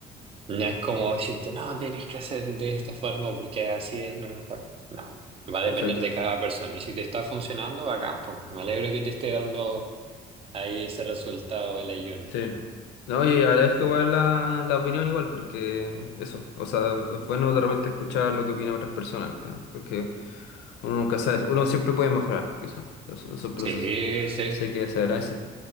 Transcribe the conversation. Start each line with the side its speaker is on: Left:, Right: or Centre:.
Right: no es como decirte, no, tienes que hacer de esta forma porque así es lo mejor. No, va a depender
Left: perfecto,
Right: de cada persona. Si te está funcionando, bacán, pues me alegro que te esté dando ahí ese resultado del ayuno.
Left: sí. No, y agradezco igual la, la opinión igual, porque eso, o sea, es bueno de repente escuchar lo que opinan otras personas, al final, porque uno nunca sabe, uno siempre puede mejorar, quizás, los- esos procesos.
Right: Sí, sí.
Left: Sé que se agradece.